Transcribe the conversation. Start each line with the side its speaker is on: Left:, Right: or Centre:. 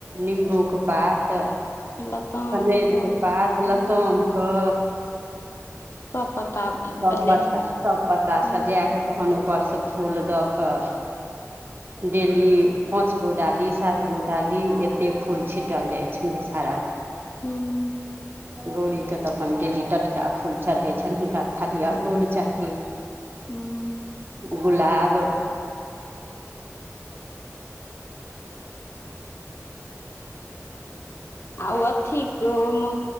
Right: निम्बूके पात
Left: लताम
Right: कनैलके
Left: कऽ
Right: पात
Left: हूँ
Right: लतामके
Left: सब पत्ता पहिले
Right: सब पत्ता
Left: अथी होइ छै
Right: सब पत्ता
Left: हूँ
Right: सजे कऽ तहन ऊपरसँ फूल दऽ कऽ डेली पाँच गो डाली सात गो डाली एते फूल छिटल जाइ छनि विषहारा के
Left: हुँ
Right: गौरीके तऽ अपन डेली टटका फूल चढ़ै छनि हुनका तऽ खाली अड़हुल चाही
Left: हूँ
Right: गुलाब
Left: आ उ अथी के ओइमे